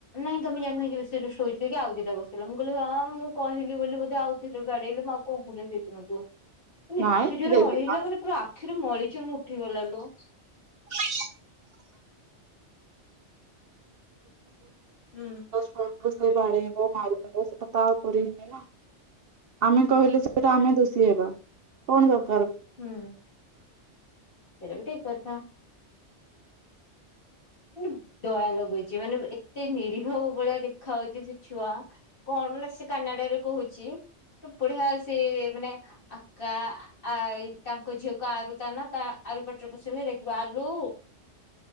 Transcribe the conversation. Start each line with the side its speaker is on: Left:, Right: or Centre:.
Left: ନାଇଁ ତମେ ଜାଣିନ କି ସେ ଦୁଷ୍ଟ ହୋଉଛି କି ଆଉ ଦି ଟା ବସେ ମୁଁ କହିଲି ଆଉ ମୁଁ କହିଲି ବୋଲି ବୋଧେ ଆଉ କିଏ କିଏ ବାଡ଼େଇଲେ ମୁଁ ଆଉ କଣ କରିମି ସେଇ ତିରେ ୟାଙ୍କୁ ତମେ
Right: ନାଇଁ
Left: ଏତେ ଜୋରେ
Right: ଦେଖେ
Left: ବାଡେଇଲା ମାନେ ପୁରା ଆଖିରୁ ମଳି ଚମ ଉଠି ଗଲା ଲୋ।
Right: <unintelligible>
Left: ହୁଁ
Right: ବୋଉ ସେ ବାଡ଼େଇବ ମାରିବ ସେଟା ତା ଉପରେ ଇଏ ନା। ଆମେ କହିଲେ ସେଇଠା ଆମେ ଦୋଷୀ ହେବା କଣ ଦର୍
Left: ହୁଁ ସେଇଟା ବି ଠିକ୍ କଥା। ମାନେ ଦୟା ଲାଗୁଛି ମାନେ ଏତେ ନିରୀହ ଭଳିଆ ଦେଖା ଯାଉଛି ସେ ଛୁଆ କଣ ତ ବେଳେ ସେ କାନାଡ଼ା ରେ କୋହୁଛି ତ ବଢିଆ ସେ ମାନେ ଆକା ଆ ଆ ଏଇ ତାଙ୍କ ଝିଅ କୁ ଆରୁ ତା ନାଁ ତା ଆରୁ ପାଟିରେ ପଶିବନି ଲେଖିବ ଆଲୁ।